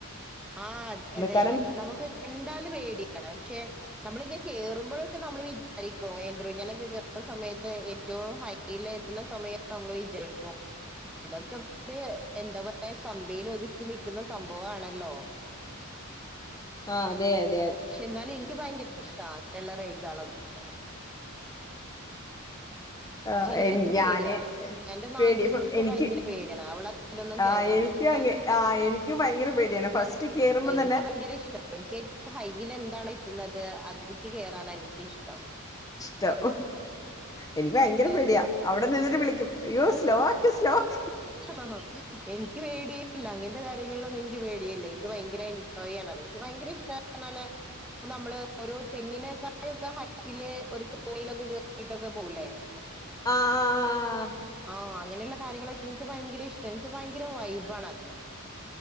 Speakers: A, in the centre; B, on the left.
A: ആ അതെ അതെ
B: കാരണം
A: നമുക്ക് കണ്ടാല് പേടിയാണ് പക്ഷെ നമ്മളിങ്ങനെ കേറുമ്പോഴൊക്കെ നമ്മൾ വിചാരിക്കോ <unintelligible> സമയത്ത് ഏറ്റവും ഹൈൽ എത്തുന്ന സമയം നമ്മള് വിചരിക്കും ഇതൊക്കെ എന്താ പറയ കമ്പയിൽ ഒതുക്കി നിൽക്കുന്ന സംഭവാണല്ലോ
B: ആ അതെ അ
A: ക്ഷെ എന്നാൽ എനിക്ക് ഭയങ്കര ഇഷ്ട വെളള റേറ്റ്സ് കളൊക്കെ
B: ആഹ്
A: ചിലരിക്ക് പേടിയാ
B: ഞാന്
A: എന്റെ നാത്തുന്
B: പേടി ഇപ്പം എനിക്ക്
A: ഭയങ്കര പേടിയണ് അവളതിലൊന്നും കേയറു
B: ആഹ്
A: ഒന്നു
B: എനിക്കും
A: ല്ല
B: അങ്ങ ആഹ് എനിക്കും ഭയങ്കര പേടിയാണ് ഫസ്റ്റ് കേറുമ്പോ
A: എനിക്ക്
B: തന്നെ
A: ഭയങ്കര ഇഷ്ട എനിക്ക് ഹൈൽ എന്താണ് തിന്നിട്ട് അതിലിക്ക് കേയറനാ എനിക്കിഷ്ടം
B: ട്ടം എനിക്ക് ഭയങ്കര
A: അതെ
B: പെടിയാ അവിടെ നിന്നിട്ട് വിളിക്കും അയ്യോ സ്ലോ ആക്ക് സ്ലോ ആക്ക്
A: ആഹ് എനിക്ക് പേഡിയില്ല അങ്ങെന്റെ കാര്യ ഇങ്ങനുളളത് എനിക്ക് പേടിയല്ലേ എനിക്ക് ഭയങ്കര എൻജോയാണത് എനിക്ക് ഭയങ്കര ഇഷ്ടണല്ലേ നമ്മള് ഓരോ ഒരു തെങ്ങിനേക്കായൊക്കെ ഹൈറ്റില് ഒരു തോണിയിലൊക്കേ കേറിട്ടൊക്കെ പോകുലേ
B: ആഹ് ആഹ് ആഹ്
A: ഓ അങ്ങനെയുള്ള കാര്യങ്ങളൊക്കെ എനിക്ക് ഭയങ്കര ഇഷ്ടം എനിക്ക് ഭയങ്കര വൈബണത്